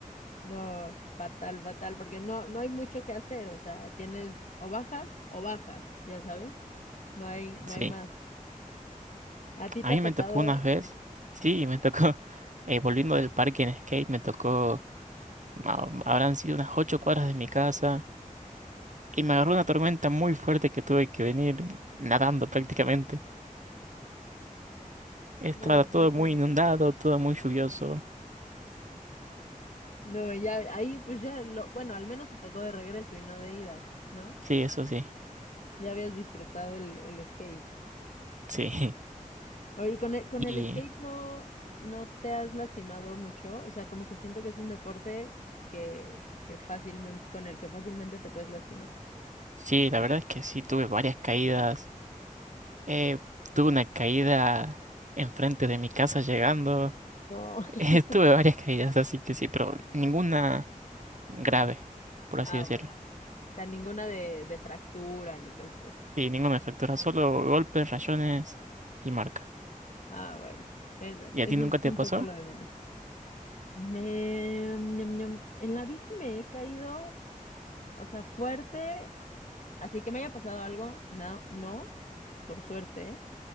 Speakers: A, on the left (about 60°); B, on the right (about 60°).
A: No, fatal, fatal, porque no, no hay mucho que hacer. O sea, tienes o bajas o bajas, ya sabes. No hay, no
B: Sí.
A: hay más. ¿A ti
B: A
A: te
B: mí
A: ha tocado?
B: me tocó unas veces. Sí, me tocó. <laughs> eh, volviendo del parque en skate, me tocó. ah, Habrán sido unas ocho cuadras de mi casa. y me agarró una tormenta muy fuerte que tuve que venir nadando prácticamente. Estaba
A: No,
B: todo
A: qué horrible.
B: muy inundado, todo muy lluvioso.
A: No, ya ahí pues ya lo, bueno, al menos te tocó de regreso y no de ida, ¿no?
B: Sí, eso sí.
A: Ya habías disfrutado el, el skate.
B: Sí. <laughs>
A: Oye, con el, con el
B: Y
A: skate no, no te has lastimado mucho, o sea, como que siento que es un deporte que, que fácilmente, con el que fácilmente te puedes lastimar.
B: sí, la verdad es que sí, tuve varias caídas. Eh, tuve una caída enfrente de mi casa llegando. <laughs>
A: No. <laughs>
B: Eh, tuve varias caídas, así que sí, pero ninguna grave, por así
A: Ah,
B: decirlo.
A: bueno. O sea, ninguna de, de fractura ni cosas así.
B: Sí, ninguna fractura, solo golpes, rayones y marcas.
A: Ah, bueno. eso Eso
B: ¿Y a ti nunca
A: es
B: te
A: un
B: pasó?
A: poco lo de menos. Me, ñam, ñam. En la bici me he caído, o sea, fuerte. Así que me haya pasado algo, no, no, por suerte, ¿eh?